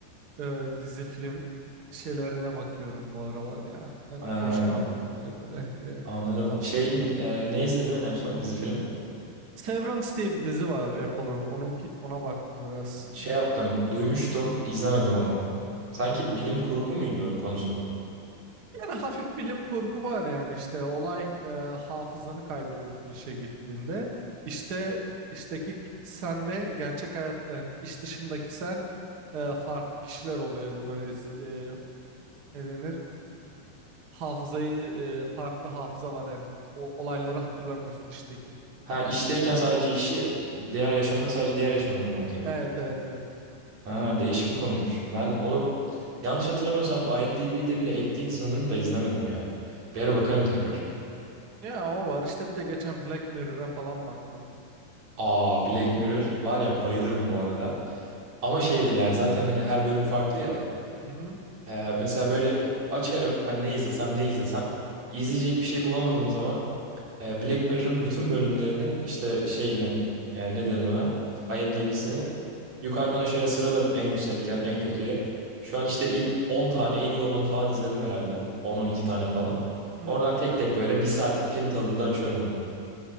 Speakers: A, on the right; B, on the right.
A: e, dizi film şeylerine bakıyorum bu aralar ya. Hani
B: Ha,
A: boş kaldığımda hani böyle e,
B: anladım.
A: zaman
B: Şey
A: oldu.
B: e, ne izledin en son dizi film?
A: Severance diye bir dizi var Apple'ın. Onun ona baktım biraz.
B: Şey yaptım, duymuştum, izlemedim ama. Sanki bilim kurgu muydu konusu?
A: Yani hafif bilim kurgu var yani işte olay e, hafızanı kaybediyorsun işe gittiğinde. İşte işteki senle gerçek hayatta yani iş dışındaki sen e, farklı kişiler oluyor yani böyle zi- e, ne denir hafızayı e, farklı hafıza var yani o, olayları hatırlamıyorsun işteki.
B: Ha işteyken sadece işi, diğer yaşamında sadece diğer yaşamını mı hatırlıyorsun?
A: Evet evet evet.
B: Ha, değişik bir konuymuş. Ben onu yanlış hatırlamıyorsam IMDb'de bile ekliydi sanırım da izlemedim ya. Bir ara bakarım tekrar.
A: Ya o var işte bir de geçen Black Mirror'a falan baktım.
B: Aa Black Mirror var ya bayılırım bu arada. Ama şeydir yani zaten hani her bölüm farklı ya.
A: Hı hı.
B: Ee, mesela böyle açarım hani ne izlesem ne izlesem. İzleyecek bir şey bulamadığım zaman E, Black Mirror'ın bütün bölümlerinin işte şeyini e, ne denir ona? IMDb'sini yukarıdan aşağıya sıralarım en yüksekten en kötüye. Şu an işte ilk 10 tane en iyi olanı falan izledim herhalde. 10-12 tane falan.
A: Hmm.
B: Oradan tek tek böyle bir saatlik film tadında açıyorum onu.